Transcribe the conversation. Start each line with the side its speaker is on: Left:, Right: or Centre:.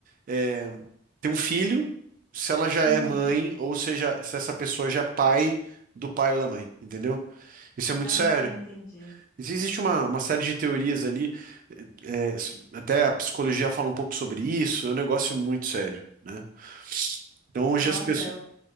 Right: eh, ter um filho, se ela já
Left: uhum.
Right: é mãe ou seja, se essa pessoa já é pai do pai ou da mãe, entendeu? Isso é muito
Left: Ah,
Right: sério.
Left: entendi.
Right: Ex- Existe uma, uma série de teorias ali, eh, eh, até a psicologia fala um pouco sobre isso, é um negócio muito sério, né? Então hoje
Left: Nossa,
Right: as pessoas
Left: é,